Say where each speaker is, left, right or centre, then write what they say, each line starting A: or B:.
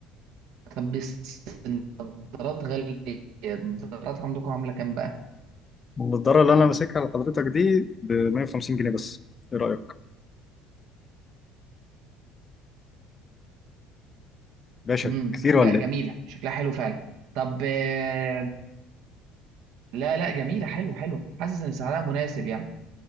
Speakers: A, on the right; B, on the left.
A: طب بس النظارات غالية النظارات عندكم عاملة كام بقى؟
B: النضاره اللي انا ماسكها لحضرتك دي ب 150 جنيه بس ايه رايك باشا
A: امم
B: كتير
A: لا
B: ولا
A: جميلة
B: ايه
A: شكلها حلو فعلا طب آه، لا لا جميلة حلو حلو حاسس ان سعرها مناسب يعني